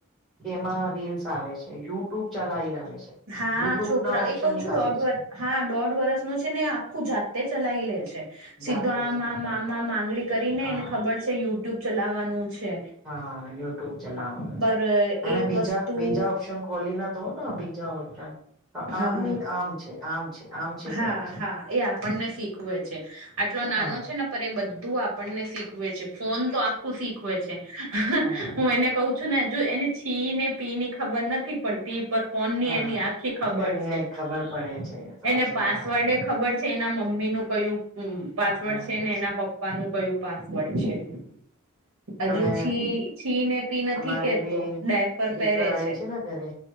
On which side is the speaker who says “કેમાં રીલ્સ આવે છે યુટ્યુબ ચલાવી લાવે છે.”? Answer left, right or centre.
Centre